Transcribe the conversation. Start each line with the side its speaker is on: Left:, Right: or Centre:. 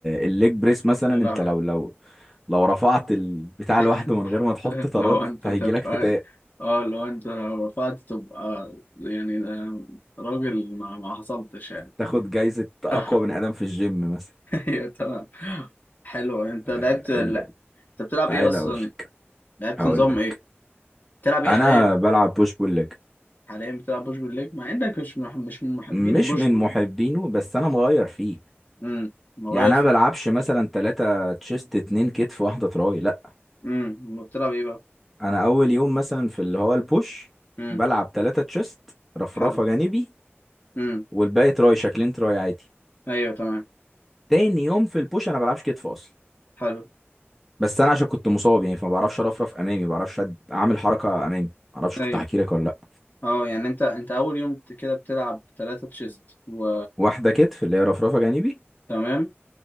Centre: الليج بريس مثلا
Left: يا
Centre: انت
Left: لهوي
Centre: لو لو لو رفعت البتاع
Left: <laughs>
Centre: لوحده من غير ما تحط طارات
Left: لو انت
Centre: انت هيجيلك
Left: تبقى
Centre: فتاء
Left: اه لو انت لو رفعت تبقى يعني آه، راجل ما, ما حصلتش يعني
Centre: تاخد جايزه اقوى
Left: <laughs>
Centre: بني ادم في الجيم مثلا
Left: ايوه تمام حلو انت
Centre: آه،
Left: لعبت لا
Centre: ال...
Left: انت بتلعب
Centre: تعالى
Left: ايه اصلا
Centre: اقول لك
Left: لعبت
Centre: هقول
Left: نظام
Centre: لك
Left: ايه بتلعب ايه
Centre: انا
Left: حاليا
Centre: بلعب بوش بول ليج
Left: حاليا بتلعب بوش بول ليج مع انك مش مح... مش من محبين
Centre: مش
Left: البوش
Centre: من
Left: بول
Centre: محبينه بس انا مغير فيه
Left: امم مغير
Centre: يعني انا ما بلعبش مثلا ثلاثة تشيست اتنين كتف واحدة تراي لا
Left: امم بتلعب ايه بقى
Centre: انا اول يوم مثلا في اللي هو البوش
Left: امم
Centre: بلعب ثلاثة تشيست رفرفة
Left: حلو
Centre: جانبي
Left: امم
Centre: والباقي تراي شكلين تراي عادي
Left: ايوه تمام
Centre: تاني يوم في البوش انا بلعبش كتف اصلا
Left: حلو
Centre: بس انا عشان كنت مصاب يعني فما بعرفش ارفرف امامي ما بعرفش أد- اعمل حركة امامي ما اعرفش
Left: ايوه
Centre: كنت هحكي لك ولا لا
Left: اه يعني انت انت اول يوم بت- كده بتلعب ثلاثة تشيست و
Centre: واحدة كتف اللي هي رفرفة جانبي
Left: تمام